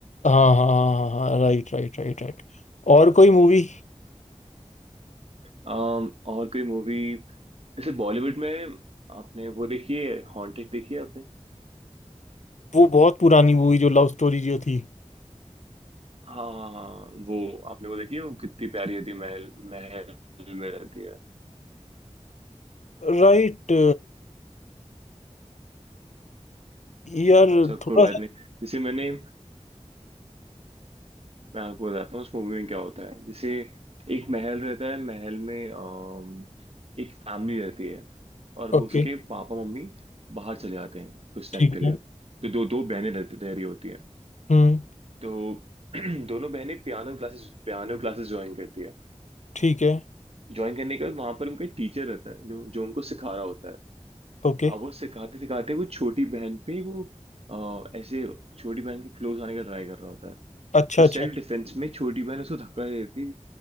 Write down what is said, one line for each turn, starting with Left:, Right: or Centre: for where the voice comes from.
Left: हाँ हाँ हाँ राइट राइट राइट राइट और कोई मूवी
Right: अम, और कोई मूवी जैसे बॉलीवुड में आपने वो देखी है हॉन्टेड देखी है आपने
Left: वो बहुत पुरानी मूवी जो लव स्टोरी जो थी
Right: हाँ हाँ हाँ, वो आपने वो देखी है वो कितनी प्यारी होती है महल महल में रहती है
Left: राइट यार
Right: चलो
Left: थोड़ा
Right: कोई बात
Left: सा
Right: नहीं जैसे मैंने मैं आपको बताता हूँ उस मूवी में क्या होता है जैसे एक महल रहता है महल में अम, एक फैमिली रहती है और वो
Left: ओके
Right: उसके पापा मम्मी बाहर चले जाते हैं कुछ टाइम
Left: ठीक
Right: के लिए
Left: है
Right: तो दो दो बहनें रहती रह रही होती हैं
Left: हम्म
Right: तो <clears throat> दोनों बहनें पियानो क्लासेस पियानो क्लासेस ज्वाइन करती है
Left: ठीक है
Right: ज्वाइन करने के बाद वहां पर उनका टीचर रहता है जो जो उनको सिखा रहा होता है
Left: ओके
Right: अब वो सिखाते सिखाते वो छोटी बहन पे वो अ, ऐसे छोटी बहन के क्लोज आने का ट्राई कर रहा होता है
Left: अच्छा
Right: तो
Left: अच्छा
Right: सेल्फ डिफेंस में छोटी बहन उसको धक्का दे देती है